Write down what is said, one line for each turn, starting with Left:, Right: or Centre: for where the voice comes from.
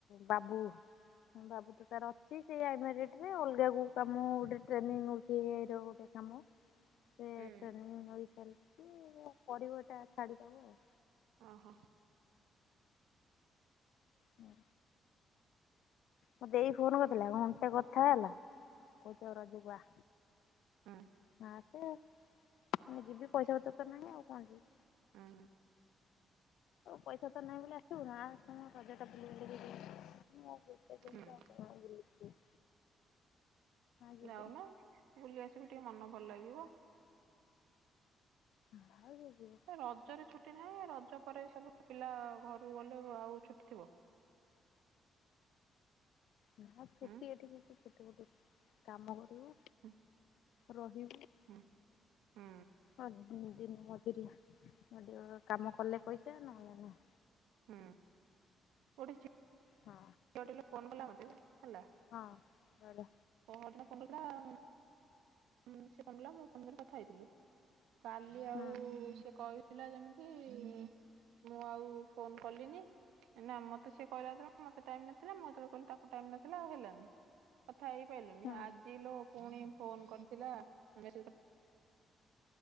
Left: ବାବୁ ବାବୁ ସେ ତାର ଅଛି ସେଇ ଏମିରେଟ ରେ, ଅଲଗା କେଉ କାମ ଗୋଟେ ଟ୍ରେନିଂ ନଉଛି, ଏ ଆଇ ଗୋଟେ କାମ। ସେ
Right: ହୁଁ
Left: ଟ୍ରେନିଙ୍ଗ ରହିଲିଛି, ପଢିବ ଏଟା ଛାଡିଦବ ଆଉ।
Right: ଓହୋ।
Left: ହୁଁ। ମୋ ଦେଇ ଫୋନ କରିଥିଲା, ଘଣ୍ଟେ କଥା ହେଲା <unintelligible> ଦବୁ ଆ।
Right: ହଁ।
Left: ଆସେ ଏଇନେ ଯିବି ପଇସା ପତ୍ର ତ ନାହିଁ ଆଉ କଣ ଯିବି।
Right: ହଁ।
Left: ଆଉ ପଇସା ତ ନାହିଁ ବୋଲି ଆସିବୁନି ଆସେମ ରଜଟା ବୁଲି ବୁଲିକି ଜିବୁ।
Right: ହୁଁ
Left: ଆ। <inaudible> ଯିବିନି
Right: ଯାଉନୁ ବୁଲି ଆସିବୁ ଟିକେ ମନ ଭଲ ଲାଗିବ।
Left: ନାଁ ଯିବିନି।
Right: ରଜରେ ଛୁଟି ନାହିଁ ରଜ ପରେ ସବୁ ପିଲା ଘରୁକୁ ଗଲେ ଆଉ ଛୁଟି ଥିବ।
Left: ନା ଛୁଟି
Right: ଉଁ
Left: ଏଠି କିଛି ଛୁଟି ଫୁଟି କାମ କରିବୁ
Right: ହୁଁ
Left: ରହିବୁ
Right: ହୁଁ ହୁଁ
Left: ଆଜ୍ଞା। ମୁଁ ଦିନ ମଜୁରିଆ ମଜୁରୀ ର କାମ କଲେ ପଇସା ନହେଲେ ନାହିଁ।
Right: ହୁଁ ଗୋଟେଝିଅ
Left: ହଁ
Right: ଫୋନ କଲା ମତେ ହେଲା।
Left: ହଁ <inaudible> ଲୋ।
Right: ପର ଦିନ କରିନଥିଲା। ହୁଁ ସେ ଫୋନ କଲା ମୁଁ ଫୋନ କଲି କଥା ହେଇଥିଲୁ କାଲି ଆଉ
Left: ହୁଁ
Right: ଉ ସେ କହି ଥିଲା ଯେମିତି ଯେମିତି ମୁଁ ଆଉ ଫୋନ କଲିନି। ନା ମତେ ସେ କହିଲା ଯେତେବେଳେ ମତେ ଟାଇମ ନଥିଲା ମୁଁ ଯେତେବେଳେ କଲି ତାକୁ ଟାଇମ ନଥିଲା ଆଉ ହେଲାନି। କଥା ହେଇପାଇଲୁନି
Left: ହୁଁ
Right: ଆଜି ଲୋ ପୁଣି ଫୋନ କ <inaudible> ମୁଁ କହିଲି